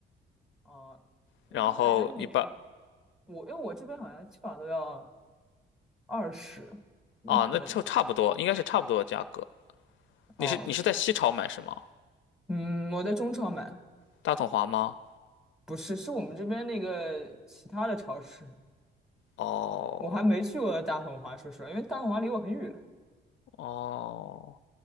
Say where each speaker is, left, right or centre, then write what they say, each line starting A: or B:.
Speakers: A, in the centre; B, on the left.
A: 啊？那我感觉你你
B: 然后一把
A: 我因为我这边好像基本上都要二十，那可能
B: 啊，那就差不多，应该是差不多的价格。你是你是在西潮买是吗？
A: 哦，嗯，我在中超买，
B: 大统华吗？
A: 不是，是我们这边那个其他的超市，
B: 哦
A: 我还没去过大统华，说实话，因为大统华离我很远
B: 哦。